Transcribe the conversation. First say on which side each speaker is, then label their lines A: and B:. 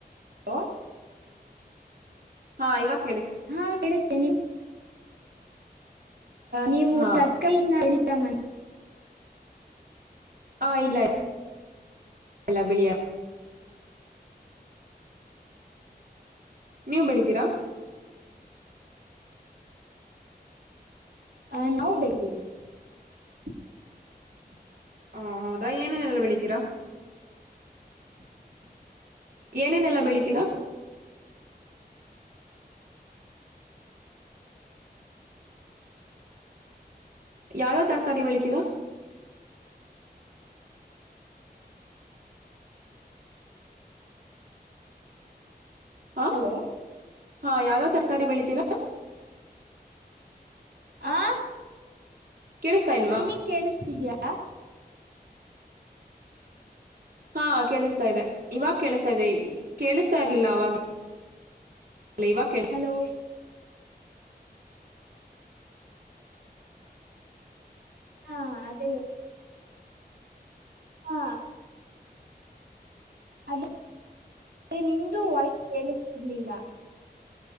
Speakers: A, on the right; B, on the right.
A: ಹಲೋ
B: ಹಾ, ಇವತ್ತು-
A: ಹಾ ಕಿಸೇ ನಿ ನೀವು
B: ಹಾ
A: ತರ್ಕಿನ <inaudible> ಮ <inaudible>
B: ಹಾ, ಇಲ್ಲ- ಲ್ಲ ಬೆಳಿಯ <inaudible> ನೀವು ಬೆಳಿತೀರಾ
A: ಹ ನಾವು ಬೇಕಿವ- <unintelligible>
B: ಹ ಹೌದಾ ಏನೇನೆಲ್ಲ ಬೆಳಿತೀರಾ.. -
A: <unintelligible> <unintelligible>
B: ಏನೇನೆಲ್ಲ ಬೆಳಿತೀರಾ ಯಾವ್ಯಾವ ತರಕಾರಿ ಬೆಳಿತೀರಾ ಹ
A: ಹಲೋ
B: ಹಾ ಯಾವ್ಯಾವ್ ತರಕಾರಿ ಬೆಳಿತೀರಾ
A: ಆ
B: ಕೇಳಿಸ್ತಾ ಇಲ್ವಾ
A: ನಿಮಗ್ ಕೇಳಸ್ ಿದಿಯಾ
B: ಹಾ ಕೇಳಿಸ್ತಾ ಇದೆ ಇವಾಗ ಕೇಳಿಸಸ್ತಾ ಇದೆ ಕೇಳಿಸತಾ ಇರ್ಲಿಲ್ಲ ಅವಾಗ ಇವಾಗ ಕೇಳ
A: ಹಲೋ ಹಾ ಅದೇ ಹಾ ಅದ ನಿಮ್ದೂ ವಾಯ್ಸ್ ಕೇಳಿಸ್ತಿರ್ಲಿಲ್ಲ